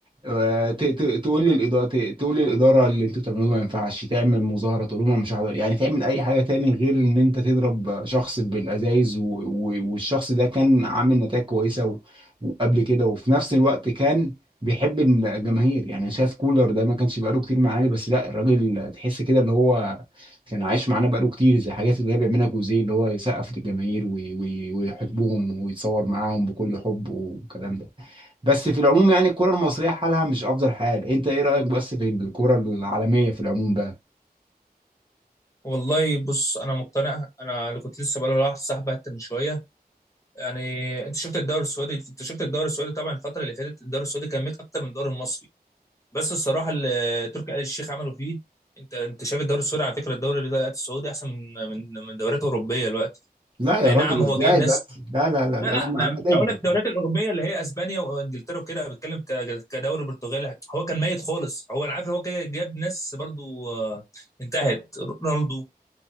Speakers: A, on the right; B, on the left.
A: آه، ت- ت- تقول للإدارة تقول للإدارة اللي انتوا بتعملوه ده ما ينفعش تعمل مظاهرة تقول لهم انا مش هحضر يعني تعمل أي حاجة تاني غير إن أنت تضرب شخص بالأزايز و... و... والشخص ده كان عامل نتائج كويسة و... وقبل كده وفي نفس الوقت كان بيحب الجماهير يعني شايف كولر ده ما كانش بقاله كتير معانا بس لا الراجل تحس كده اللي هو كان عايش معانا بقاله كتير زي الحاجات اللي هي بيعملها جوزيه اللي هو يسقف للجماهير وي- وي- ويحبهم ويتصور معاهم بكل حب والكلام ده بس في العموم يعني الكرة المصرية حالها مش أفضل حال أنت إيه رأيك بس في الكرة العالمية في العموم بقى؟
B: والله بص انا مقتنع انا اللي كنت لسه بقول لواحد صاحبي حتى من شويه يعني انت شفت الدوري السعودي انت شفت الدوري السعودي طبعا الفتره اللي فاتت الدوري السعودي كان ميت اكتر من الدوري المصري بس الصراحه اللي تركي آل الشيخ عملوا فيه انت انت شايف الدوري السعودي على فكره الدوري اللي السعودي احسن من من من دوريات اوروبيه دلوقتي
A: لا يا
B: اي
A: راجل
B: نعم
A: ازاي
B: هو جايب ناس
A: بس لا لا لا لا
B: لا لا
A: انا
B: ما
A: انا
B: مش
A: ضدك
B: هقول لك الدوريات الاوروبيه اللي هي اسبانيا وانجلترا وكده أنا بتكلم ك- كدوري برتغالي هو كان ميت خالص هو انا عارف إن هو كده جاب ناس برضو آه، انتهت رونالدو